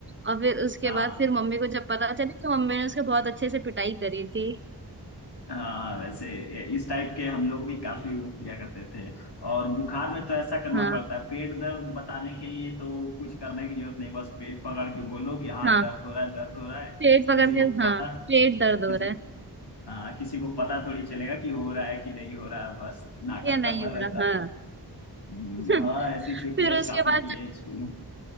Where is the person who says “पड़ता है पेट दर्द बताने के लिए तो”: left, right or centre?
Left